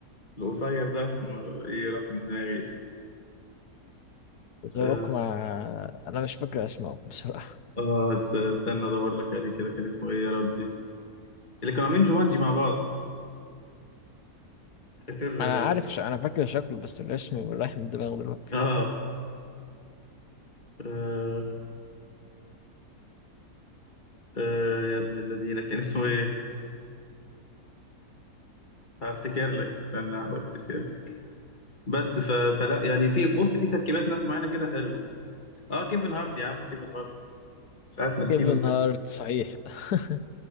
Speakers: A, on the left; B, on the left.
A: القصير ده اسمه ايه راح من دماغي اسمه
B: ذا
A: اه,
B: روك مع انا مش فاكر اسمه بصراحه
A: آه است- استنى ادور لك عليه كده كان اسمه ايه يا ربي اللي كانوا عاملين جومانجي مع بعض
B: <laughs>
A: فاكر
B: انا
A: اه,
B: عارف ش... انا فاكر شكله بس الاسم رايح من دماغي دلوقتي
A: آه, آه, آه يا ابن الذين كان اسمه ايه هفتكر لك استنى هحاول افتكر لك بس ف... فلا يعني في بص في تركيبات ناس معينه كده حلوه اه كيفن هارت يا عم كيفن هارت مش عارف ناسينه
B: كيفن
A: ازاي
B: هارت صحيح <laughs>